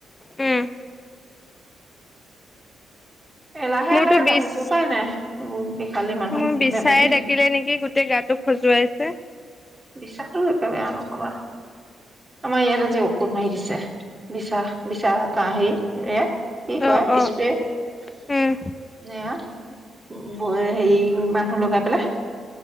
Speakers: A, on the left; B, on the right.
A: উম',।
B: এ লাহে
A: মোৰতো
B: লাহে
A: বিচ,
B: কাঢ়িছো উপায় নাই এইবোৰ বিষালী মানুহ
A: মোৰ বিচাই
B: বেমাৰী
A: ডাকিলে নেকি গোটেই গাটো খজুৱাইছে।
B: বিচাৰো একে বেয়া নকবা। আমাৰ ইয়াত আজি ঔষধ মাৰি দিছে বিছা। বিচাৰহকে আহি এয়া কি
A: অ',
B: কয়
A: অ',
B: স্প্ৰে
A: উম,
B: এয়া। বৌয়ে হেৰি, মানুহ লগাই পেলাই।